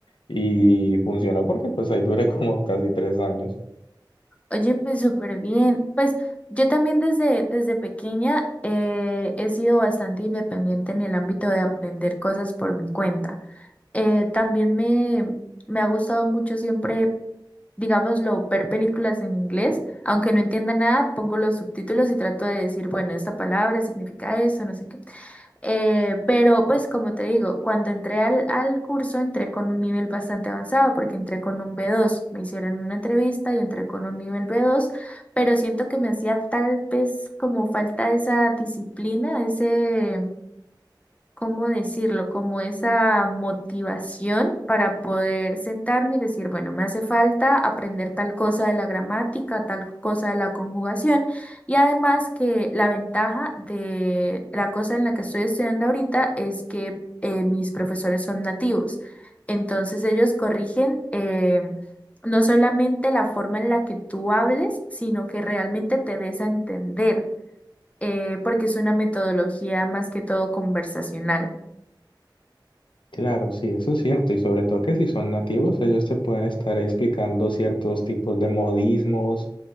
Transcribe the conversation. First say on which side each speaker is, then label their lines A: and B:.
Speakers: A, on the left; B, on the left.
A: y funcionó porque pues ahí duré como casi tres años.
B: Oye, pues súper bien. Pues yo también desde, desde pequeña eh, he sido bastante independiente en el ámbito de aprender cosas por mi cuenta. Eh, también me, me ha gustado mucho siempre digámoslo, ver películas en inglés, aunque no entienda nada, pongo los subtítulos y trato de decir, bueno, esta palabra significa eso, no sé qué. Eh, pero pues como te digo, cuando entré al, al curso entré con un nivel bastante avanzado porque entré con un b dos me hicieron una entrevista y entré con un nivel b dos pero siento que me hacía tal vez como falta esa disciplina, ese ¿cómo decirlo? Como esa motivación para poder sentarme y decir, bueno, me hace falta aprender tal cosa de la gramática, tal cosa de la conjugación. Y además que la ventaja de la cosa en la que estoy estudiando ahorita es que eh, mis profesores son nativos. Entonces ellos corrigen eh, no solamente la forma en la que tú hables, sino que realmente te des a entender, eh, porque es una metodología más que todo conversacional.
A: Claro, sí, eso es cierto, y sobre todo que si son nativos, ellos te pueden estar explicando ciertos tipos de modismos